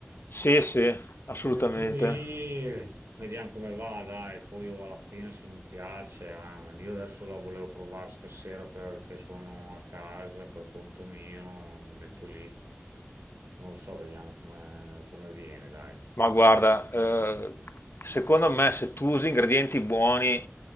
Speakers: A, on the left (about 55°); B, on the right (about 65°).
A: Sì, sì, assolutamente.
B: Metto lì, vediamo come va, dai, poi io alla fine se non piace, amen. Io adesso la volevo provare stasera perché sono a casa per conto mio, mi metto lì. Non lo so, vediamo come, come viene, dai.
A: Ma guarda, eh,
B: Guarda quella.
A: secondo me se tu usi ingredienti buoni,